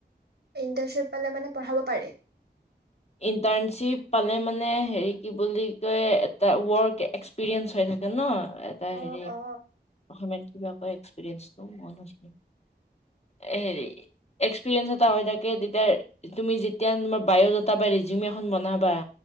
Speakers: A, on the right; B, on the left.
A: ইণ্টাৰ্শ্বিপ পালে মানে পঢ়াব পাৰি
B: ইণ্টাৰ্ণশ্বিপ পালে মানে হে কি বুলি কয় এটা ৱৰ্ক এক্স এক্সপিৰিয়েঞ্চ হৈ থাকে ন এটা
A: অ
B: হেৰি
A: অ
B: অসমীয়াত কিবা কয় এক্সপিৰিয়েঞ্চটো মই নাজানো
A: <inaudible>
B: হেৰি এক্সপিৰিয়েঞ্চ এটা হৈ থাকে তেতিয়া তুমি যেতিয়া তোমাৰ বায় তাপা ৰেজিউম এখন বনাবা।